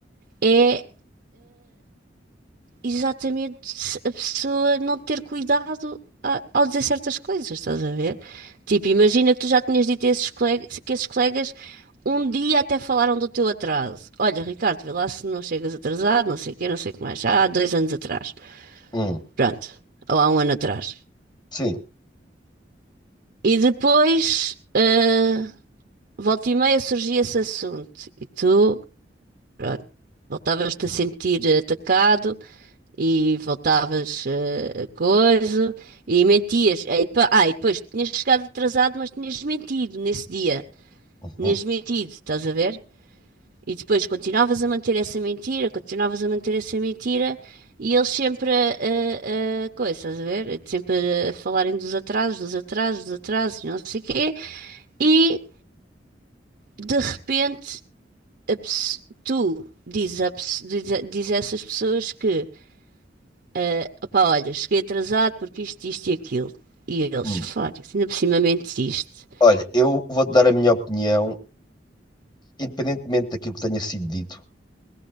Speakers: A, on the right; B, on the left.
A: é exatamente se a pessoa não ter cuidado a- ao dizer certas coisas, estás a ver? Tipo, imagina que tu já tinhas dito a esses colegas, que esses colegas um dia até falaram do teu atraso. Olha, Ricardo, vê lá se não chegas atrasado, não sei o quê, não sei o que mais. Já há dois anos atrás.
B: Hum,
A: Pronto. Ou há um ano atrás.
B: sim.
A: E depois. eh, volta e meia surgia esse assunto e tu, pronto, voltavas-te a sentir atacado e voltavas eh, a coisa e mentias. aí depois, ah, e depois tinhas chegado atrasado, mas tinhas mentido nesse dia.
B: Uhum,
A: Tinhas mentido, estás a ver? E depois continuavas a manter essa mentira, continuavas a manter essa mentira e eles sempre a, a, a coisa, estás a ver? Sempre a falarem dos atrasos, dos atrasos, dos atrasos, e não sei o quê. E de repente a pes- tu dizes, a pes- diz, a- diz a essas pessoas que, ah, opá, olha, cheguei atrasado porque isto, isto e aquilo. E eles,
B: hum.
A: fora, ainda por cima mentiste.
B: Olha, eu vou-te dar a minha opinião, independentemente daquilo que tenha sido dito.